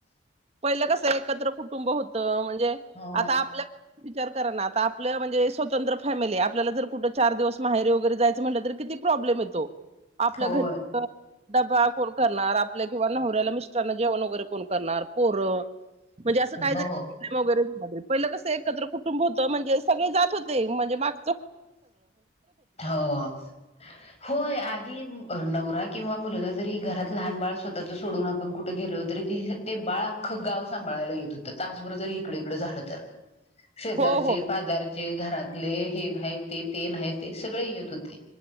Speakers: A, on the right; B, on the left.
A: पहिलं कसं एकत्र कुटुंब होतं म्हण.. जे
B: हो.
A: आता आपलं.. विचार करा ना, आता आपलं म्हणजे स्वतंत्र फॅमिली आपल्याला जर कुठं चार दिवस माहेरीे वगैरे जायचं म्हटलं तर किती प्रॉब्लेम येतो? आपल्या
B: होय
A: घरी.. डबा कोण करणार आपल्या किंवा नवऱ्याला मिस्टरांना जेवण वगैरे कोण करणार? पोरं म्हणजे असं काय
B: हो
A: झा वगैरे पहिलं कस <unintelligible> एकत्र कुटुंब होतं म्हणजे सगळे जात होते म्हणजे माग..
B: हो, होय आधी नवरा किंवा मुलगा जरी घरात लहान बाळ.. स्वतःच सोडून आपण कुठं गेलो तरी ते ते बाळ अख्खं गाव सांभाळायला येत होतं तासभर जरी इकडे इकडे झालं तर. शेजारचे,
A: हो हो
B: पाजारचे घरात.. ले हे नाही.. ते ते नाही ते सगळे येत होते